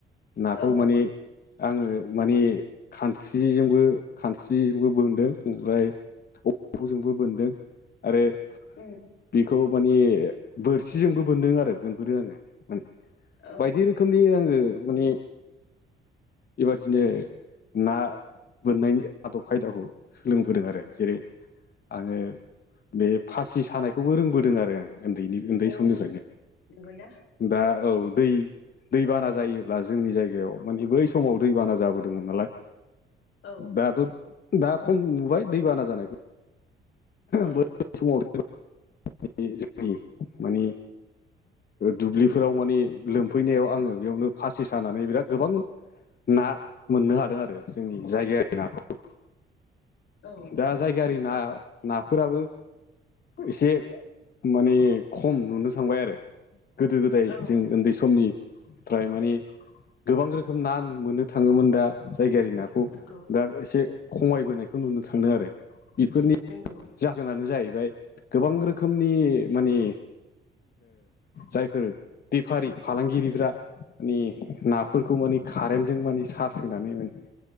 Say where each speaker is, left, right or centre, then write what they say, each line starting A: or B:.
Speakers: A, on the left; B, on the left.
A: नाखौ
B: औ
A: माने आङो माने खानस्रिजोंबो खानस्रिजोंबो बोनदों ओमफ्राय बेखौ जोंबो मोनोन्दों आरो
B: उम
A: बेखौ माने बोरसिजोंबो बोन्दों आरो बोनबोदों आङो माने
B: औ
A: बायदि रोखोमनि आङो माने
B: <inaudible>
A: बेबादिनो ना बोननायनि आदब खायदाखौ सोलोंबोदों आरो जेरै आङो बे फासि सानायखौबो रोंबोदों आरो आं उन्दैनि उन्दै
B: अ
A: समनिफ्रायनो
B: नंगौना
A: दा औ दै दै बाना जायोब्ला जोंनि जायगायाव माने बै समाव दैबाना जाबोदोंमोन नालाय
B: औ
A: दाथ' दा खम नुबाय दैबाना जानायखौ
B: औ
A: बै समाव जोंनि माने दुब्लिफोराव माने लोमफैनायाव आङो बेयावनो फासि सानानै बिराद गोबां ना मोननो हादों आरो जोंनि जायगायारि नाखौ
B: औ
A: दा जायगायारि ना नाफोराबो एसे माने खम नुनो थांबाय आरो गोदो गोदाय
B: औ
A: जों उन्दै समनि फाय माने गोबां रोखोम ना मोननो थाङोमोन दा जायगानि ना
B: नंगौ
A: दा एसे खमायबोनायखौ नुनो थांदों आरो बेफोरनि
B: नोंगौ
A: जाहोनानो जाहैबाय गोबां रोखोमनि माने जायफोर बेफारि फालांगिरिफ्रा मानि नाफोरखौ माने कारेन्टजों माने सार्स होनानै माने